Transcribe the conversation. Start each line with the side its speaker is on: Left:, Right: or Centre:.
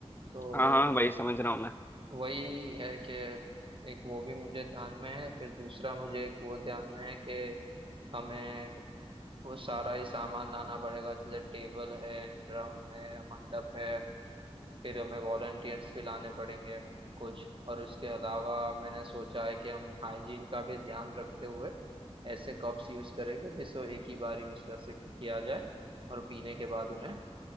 Right: तो
Left: हाँ हाँ वही समझ रहा हूँ मैं
Right: वही है कि एक वो भी मुझे ध्यान में है फिर दूसरा मुझे एक वो ध्यान में है कि हमें वो सारा ही सामान लाना पड़ेगा जैसे टेबल है ड्रम है मंडप है फिर हमें वॉलंटियर्स भी लाने पड़ेंगे कुछ और उसके अलावा मैंने सोचा है कि हम हाइजीन का भी ध्यान रखते हुए ऐसे कप्स यूज करेंगे जिसको एक ही बार यूज कर सक किया जाए और पीने के बाद उन्हें